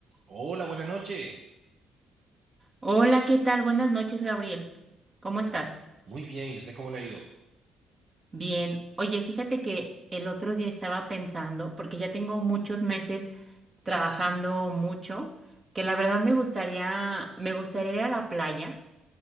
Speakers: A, on the right (about 55°); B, on the right (about 30°).
A: Hola, buenas noches.
B: Hola, ¿qué tal? Buenas noches, Gabriel. ¿Cómo
A: Está
B: estás?
A: Muy bien, ¿y usted cómo le ha ido?
B: Bien. Oye, fíjate que el otro día estaba pensando, porque ya tengo muchos meses trabajando mucho, que la verdad me gustaría, me gustaría ir a la playa,